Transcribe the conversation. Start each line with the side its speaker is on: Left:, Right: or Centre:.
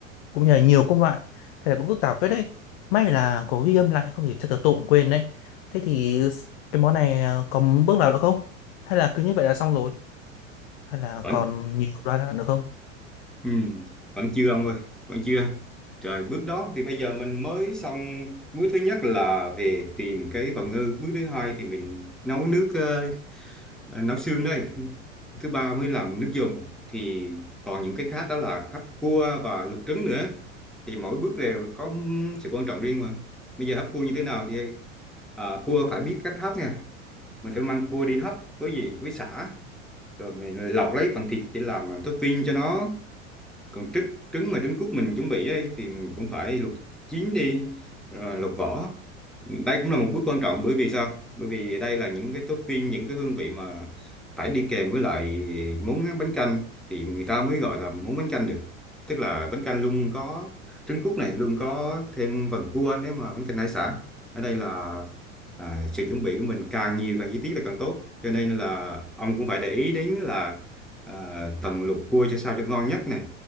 Left: cũng như là nhiều công đoạn thế là cũng phức tạp phết đấy may là có ghi âm lại không thì chắc là tôi cũng quên đấy thế thì cái món này à, có bước nào nữa không hay là cứ như vậy là xong rồi hay là
Centre: vẫn
Left: còn nhiều công đoạn nữa không
Centre: ừ, vẫn chưa ông ơi vẫn chưa trời bước đó thì bây giờ mình mới xong bước thứ nhất là về tìm cái bào ngư bước thứ hai thì mình nấu nước ờ, À, nấu xương đây thứ ba mới làm nước dùng thì còn những cái khác đó là hấp cua và luộc trứng nữa thì mỗi bước đều có sự quan trọng riêng mà bây giờ hấp cua như thế nào thì à, cua phải biết cách hấp nha mình phải mang cua đi hấp với gì với sả rồi mình lọc lấy phần thịt để làm à, topping cho nó còn trứng trứng mà trứng cút mình chuẩn bị ấy, thì mình cũng phải luộc chín đi rồi luộc vỏ đây cũng là một bước quan trọng bởi vì sao bởi vì đây là những cái topping những cái hương vị mà phải đi kèm với lại món bánh canh thì người ta mới gọi là món bánh canh được tức là bánh canh luôn có trứng cút này luôn có thêm phần cua nếu mà bánh canh hải sản ở đây là à, sự chuẩn bị của mình càng nhiều càng chi tiết là càng tốt cho nên là ông cũng phải để ý đến là à, tầng luộc cua cho sao cho ngon nhất này